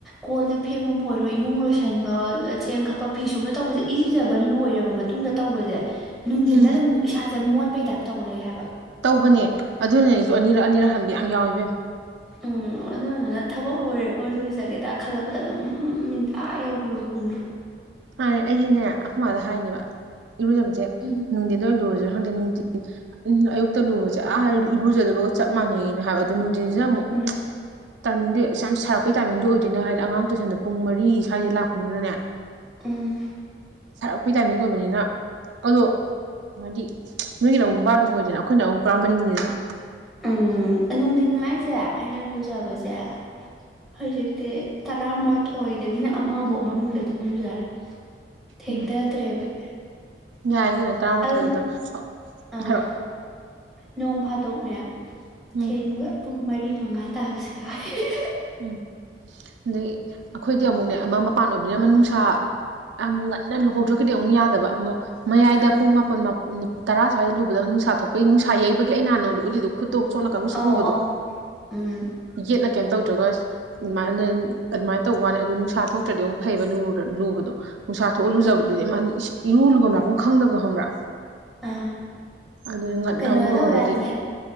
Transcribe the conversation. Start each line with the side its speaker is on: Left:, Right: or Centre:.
Centre: ꯀꯣꯜ ꯂꯤ ꯐꯦꯡꯕꯕꯨ ꯑꯣꯏꯔꯣ ꯏꯃꯨꯡ ꯂꯣꯏꯁꯟꯕ ꯆꯦꯡ ꯈꯠꯄ ꯐꯤ ꯁꯨꯕ ꯇꯧꯕꯁꯦ ꯏꯖꯕ ꯂꯣꯏꯔꯕ ꯃꯇꯨꯡꯗ ꯇꯧꯕꯁꯦ ꯅꯨꯡꯊꯤꯟꯗ
Right: ꯎꯝ
Centre: ꯑꯗꯨꯝ ꯏꯁꯥꯁꯦ ꯃꯣꯠꯄꯩ ꯇꯥꯏꯞ ꯇꯧ ꯂꯩ ꯍꯥꯏꯕ
Right: ꯇꯧꯕꯅꯦ ꯑꯗꯨꯅꯅꯦ ꯑꯩꯁꯨ ꯑꯅꯤꯔꯛ ꯑꯅꯤꯔꯛ ꯍꯟꯕ ꯌꯥꯝ ꯌꯥꯎꯏꯕꯦꯝ <inaudible>
Centre: ꯎꯝ ꯑꯗꯨꯗꯨꯅ ꯊꯕꯛ ꯂꯣꯏꯔꯒ ꯑꯣꯏꯅ ꯂꯨꯖꯒꯦꯗ ꯈꯜꯂꯛꯄꯗ ꯑꯗꯨꯝ ꯃꯤ ꯑꯥ ꯌꯧꯈꯤꯕ ꯄꯨꯡꯗꯣ
Right: ꯃꯟꯅꯦ ꯑꯩꯗꯤꯅꯦ ꯑꯩꯈꯃꯗ ꯍꯥꯏꯅꯦꯕ ꯏꯔꯨꯖꯕꯁꯦ
Centre: ꯎꯝ
Right: ꯅꯨꯡꯊꯤꯟꯗ ꯑꯣꯏꯅ ꯏꯨꯔꯨꯁꯤꯔꯣ ꯍꯪꯗꯦꯅꯨꯡ ꯎ ꯑꯌꯨꯛꯇ ꯂꯨꯕꯁꯦ ꯑꯥ ꯏꯔꯨꯖꯗꯕꯒ ꯆꯞ ꯃꯥꯟꯅꯩꯅꯦ ꯍꯥꯏꯕ ꯑꯗꯨ ꯅꯨꯡꯊꯤꯟꯁꯤ ꯑꯃꯨꯛ
Centre: ꯎꯝ
Right: ꯇꯥꯏꯃꯤꯡꯗꯤ ꯑꯁ ꯌꯥꯝ ꯁꯥꯔꯛꯄꯒꯤ ꯇꯥꯏꯃꯤꯡꯗꯨ ꯑꯣꯏꯗꯣꯏꯅꯣ ꯍꯥꯏꯗꯤ ꯑꯉꯥꯡ ꯇꯨꯏꯁꯟꯗ ꯄꯨꯡ ꯃꯔꯤ ꯁ꯭ꯋꯥꯏꯗꯗꯒꯤ ꯂꯥꯛꯄꯅꯤꯅꯅꯦ
Centre: ꯎꯝ
Right: ꯁꯥꯔꯛꯄꯒꯤ ꯇꯥꯏꯃꯤꯡ ꯑꯣꯏꯕꯅꯤꯅ ꯑꯗꯣ ꯍꯥꯏꯗꯤ ꯅꯣꯏꯒꯤꯅ ꯑꯃꯨꯛ ꯕꯥꯔ ꯑꯗꯨꯝ ꯑꯣꯏꯗꯅ ꯑꯩꯈꯣꯏꯅ ꯑꯃꯨꯛ ꯄꯔꯥ ꯃꯅꯤꯡꯅꯤꯗꯅ
Centre: ꯎꯝ ꯅꯨꯡꯊꯤꯟ ꯍꯥꯏꯁꯦ ꯑꯩꯅ ꯂꯨꯖꯕꯁꯦ ꯍꯧꯖꯤꯛꯇꯤ ꯇꯔꯥꯃꯥꯊꯣꯏꯗꯒꯤꯅ ꯑꯃ ꯕꯧ ꯃꯅꯨꯡꯗ ꯑꯗꯨꯝ ꯂꯨꯖꯔꯦ ꯊꯦꯡꯊꯗ꯭ꯔꯦꯕ
Right: ꯎꯝ ꯌꯥꯏ ꯀꯩꯅꯣ ꯇꯔꯥꯃꯥꯊꯣꯏꯗꯣ
Centre: ꯑꯗꯣ ꯑꯥ
Right: ꯍꯥꯏꯔꯛꯑꯣ
Centre: ꯅꯣꯡ ꯐꯥꯗꯣꯛꯅꯦ
Right: ꯎꯝ
Centre: ꯊꯦꯡꯕ ꯄꯨꯡ ꯃꯔꯤ ꯃꯉꯥ ꯇꯥꯕꯁꯨ ꯌꯥꯎꯏ <unintelligible>
Right: ꯎꯝ ꯑꯗꯩ ꯑꯩꯈꯣꯏꯗꯤ ꯑꯃꯨꯛꯅꯦ ꯑꯃ ꯃꯄꯥꯟ ꯑꯣꯏꯕꯅꯤ ꯑꯃ ꯅꯨꯡꯁꯥ ꯌꯥꯝ ꯉꯟꯅ ꯂꯨꯍꯧꯗ꯭ꯔꯒꯗꯤ ꯑꯃꯨꯛ ꯌꯥꯗꯕ ꯑꯃꯨꯛ ꯃꯌꯥꯏꯗ
Centre: ꯑꯥ
Right: ꯄꯨꯡ ꯃꯥꯄꯟ ꯇꯔꯥ ꯁ꯭ꯋꯥꯏꯗ ꯂꯨꯕꯗꯝ ꯅꯨꯡꯁꯥ ꯊꯣꯛ ꯑꯣꯏ ꯅꯨꯡꯁꯥ ꯌꯩꯕꯒꯤ ꯑꯩ ꯅꯍꯥꯟ ꯅꯣꯟꯗ ꯎꯠꯂꯤꯗꯨꯣ ꯈꯨꯠꯇꯣ ꯆꯣꯠꯂꯀꯥꯟ ꯁꯣꯛꯎꯕꯗꯣ
Centre: ꯑꯧ ꯑꯧ ꯎꯝ
Right: ꯌꯦꯠꯅ ꯀꯩꯝ ꯇꯧꯔꯤ ꯅꯠꯇ꯭ꯔꯒ ꯑꯗꯨꯃꯥꯏꯅ ꯑꯗꯨꯃꯥꯏꯅ ꯇꯧꯕ ꯋꯥꯅꯤ ꯑꯗꯨ ꯅꯨꯡꯁꯥ ꯊꯣꯛꯇ꯭ꯔꯗꯤ ꯑꯃꯨꯛ ꯐꯩꯕ ꯂꯨꯕꯗꯣ ꯅꯨꯡꯁꯥ ꯊꯣꯛꯍꯜꯂꯨꯖꯕꯗꯨꯗꯤ
Centre: ꯎꯝ
Right: ꯃꯥ ꯏꯔꯨ ꯂꯨꯕꯥꯝ ꯂꯛꯐꯝ ꯈꯪꯗꯕꯗꯣ ꯈꯪꯕ꯭ꯔꯥ
Centre: ꯑ
Right: ꯑꯗꯨ ꯉꯟꯅ
Centre: ꯀꯩꯅꯣ
Right: ꯑꯃꯨꯛ ꯂꯨꯍꯧꯔꯗꯤ
Centre: ꯇꯧ ꯌꯥꯅꯤꯌꯦ